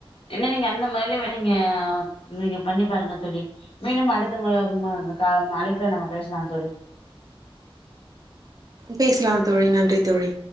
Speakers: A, on the left; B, on the right.
A: என்ன நீங்க அந்த முறையில நீங்க நீங்க பண்ணி பாருங்க தோழி மீண்டும் அடுத்த அழைப்புல நம்ம பேசலாம் தோழி
B: பேசலாம் தோழி நன்றி தோழி